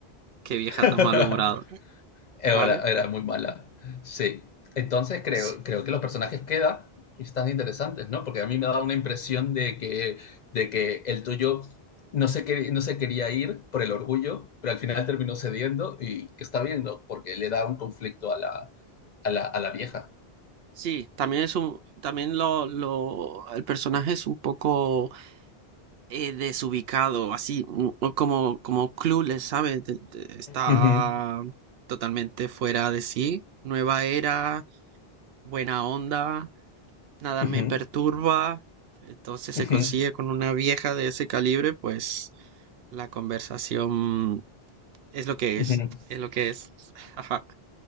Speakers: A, on the right (about 75°); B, on the left (about 55°).
A: Qué vieja tan
B: <laughs>
A: malhumorada,
B: Era,
A: ¿vale?
B: era, muy mala, sí. Entonces creo,
A: Sí,
B: creo que los personajes quedan y están interesantes, ¿no? Porque a mí me da una impresión de que, de que el tuyo no se, quer, no se quería ir por el orgullo, pero al final terminó cediendo y que está bien, ¿no? Porque le da un conflicto a la, a la, a la vieja.
A: sí, también es un, también lo, lo, el personaje es un poco eh, desubicado, así mm, o como, como clueless, ¿sabes? De- de- Está
B: Uh -huh,
A: totalmente fuera de sí. Nueva era, buena onda, nada
B: uh
A: me
B: -huh,
A: perturba. Entonces se
B: uh -huh.
A: consigue con una vieja de ese calibre, pues la conversación es lo que
B: Ujú.
A: es,
B: <laughs>
A: es lo que es. <laughs> Ajá.